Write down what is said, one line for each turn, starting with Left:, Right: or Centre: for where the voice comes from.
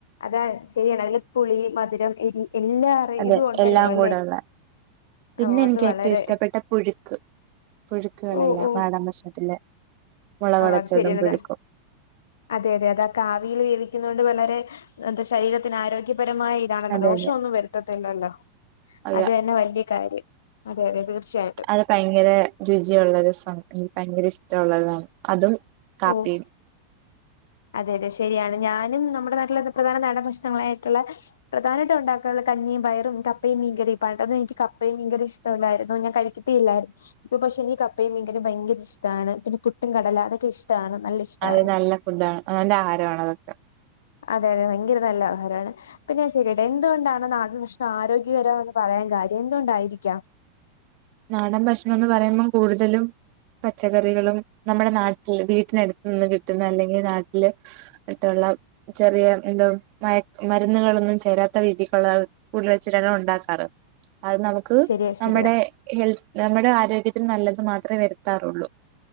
Left: അതാണ് ശരിയാണ് അതില് പുളി മധുരം എരി എല്ലാ
Right: അതെ
Left: ഇതും ഒണ്ടല്ലോ
Right: എല്ലാം
Left: അല്ലെ
Right: കൂടെ ഉള്ള പിന്നെ
Left: ഓ
Right: എനിക്ക്
Left: അത്
Right: ഏറ്റവും
Left: വളരെ
Right: ഇഷ്ടപ്പെട്ട പുഴുക്ക് പുഴുക്കുകളെല്ലാം
Left: ഓ ഓ
Right: നാടൻ ഭക്ഷണത്തിലെ മുളകുടച്ചതും
Left: ഓ അത് ശരിയാണത്
Right: പുഴുക്കും
Left: അതെ അതെ അതക്കാവിയിൽ വേവിക്കുന്ന കൊണ്ട് വളരെ എന്താ ശരീരത്തിന് ആരോഗ്യപരമായ താണല്ലോ
Right: അത്
Left: ദോഷം
Right: തന്നെ
Left: ഒന്നും വരുത്തത്തില്ലല്ലോ
Right: അയ്യ
Left: അത് തന്നെ വല്യ കാര്യം അതെ അത തീർച്ചയായിട്ടും
Right: അത് ഭയങ്കര രുചിയുള്ള ഒരു സാധനമാണ് ഭയങ്കര ഇഷ്ടമുള്ളതാണ് അതും കാപ്പിയും
Left: ഓഹ് അതെ അതെ ശരിയാണ് ഞാനും നമ്മുടെ നാട്ടില പ്രധാന നാടൻ ഭക്ഷണങ്ങളായിട്ടുള്ള പ്രധാനമായിട്ടും ഉണ്ടാക്കാറുള്ള കഞ്ഞിയും പയറും കപ്പയും മീൻ കറി പണ്ടൊന്നും എനിക്ക് കപ്പയും മീൻ കറി ഇഷ് ഷ്ടല്ലായിരുന്നു ഞാൻ കഴിക്കത്തില്ലായിരുന്നു ഇപ്പൊ പക്ഷെ എനിക്ക് കപ്പയും മീൻ കറി ഭയങ്കര ഇഷ്ടമാണ് പിന്നെ പുട്ടും കടല അതൊക്കെ ഇഷ് ഷ്‌ടാണ് നല്ല ഇഷ്ടമാണ്
Right: അതെ നല്ല ഫുഡ് ആണ് നല്ല ആഹാരമാണ് അതൊക്കെ
Left: അതെ അതെ ഭയങ്കര നല്ല ആഹാരാണ് അപ്പൊ ഞാൻ ചോയ്ക്കട്ടെ എന്തുകൊണ്ടാണ് നാടൻ ഭക്ഷണം ആരോഗ്യകരമാന്ന് പറയാൻ കാര്യം എന്തുകൊണ്ടായിരിക്കാം
Right: നാടൻ ഭക്ഷണം എന്ന് പറയുമ്പോം കൂടുതലും പച്ചക്കറികളും നമ്മുടെ നാട്ടിൽ വീട്ടിനടുത്ത് നിന്ന് കിട്ടുന്ന അല്ലെങ്കിൽ നാട്ടില് അടുത്തുള്ള ചെറിയ എന്തോ മ മരുന്നുകളൊന്നും ചേരാത്ത രീതിക്കുള്ള ഉരുളി വെച്ചിട്ടാണേ ഉണ്ടാക്കാറ് അത് നമുക്ക്
Left: ശരിയാ
Right: നമ്മുടെ
Left: ശരിയാ
Right: ഹെൽത്ത് നമ്മുടെ ആരോഗ്യത്തിന് നല്ലത് മാത്രേ വരുത്താറുള്ളൂ